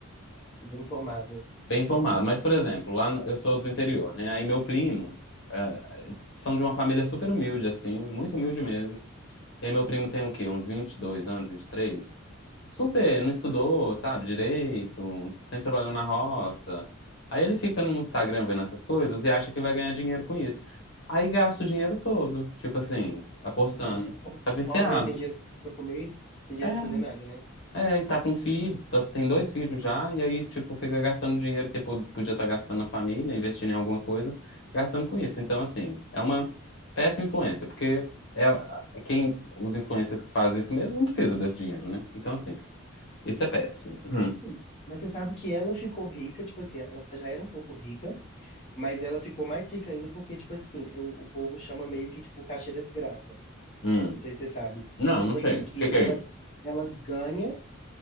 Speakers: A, on the left; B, on the left.
A: Bem formado.
B: Bem informado. Mas, por exemplo, lá no- eu sou do interior, né? Aí meu primo é, são de uma família super humilde, assim, muito humilde mesmo. E aí meu primo tem o quê? Uns 22 anos, 23. Super, não estudou, sabe, direito, sempre trabalhou na roça. Aí ele fica no Instagram vendo essas coisas e acha que vai ganhar dinheiro com isso. Aí gasta o dinheiro todo, tipo assim, apostando.
A: E quando eu vejo completamente
B: Tá viciado.
A: pobre, não tem dinheiro pra comer, não tem dinheiro
B: É,
A: pra fazer nada, né?
B: é, e tá com filho, tá- tem dois filhos já, e aí, tipo, fica gastando dinheiro que po- podia estar gastando na família, investindo em alguma coisa, gastando com isso. Então, assim, é uma péssima influência, porque ela, quem, os influencers que fazem isso mesmo não precisa desse dinheiro, né? Então, assim, isso é péssimo. Hum,
A: Enfim. Mas você sabe que ela ficou rica, tipo assim, ela já era um pouco rica, mas ela ficou mais rica ainda porque, tipo assim, é o, o povo chama meio que, tipo, o cachê da desgraça.
B: hum.
A: Não sei se você sabe.
B: Não,
A: Que, tipo
B: não
A: assim,
B: sei. O
A: que
B: que que é
A: ela,
B: isso?
A: ela ganha